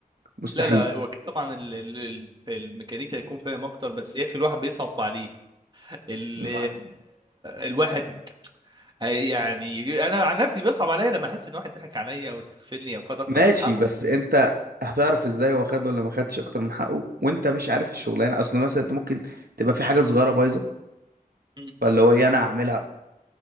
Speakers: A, on the right; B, on the right.
A: مستحيل
B: لا لا وأكيد طبعا ال- ال- ال- الميكانيكا هيكون فاهم اكتر بس يا اخي الواحد بيصعب عليه ال
A: ما-
B: الواحد هي- يعني انا عن نفسي بيصعب عليا لما احس ان واحد ضحك عليا او استغفلني او خد اكتر
A: ماشي
B: من حقه
A: بس انت هتعرف ازاي هو خد ولا ما خدش اكتر من حقه وانت مش عارف الشغلانه اصل مثلا انت ممكن تبقى في حاجه صغيره بايظه
B: مم.
A: فاللي هو ايه انا هعملها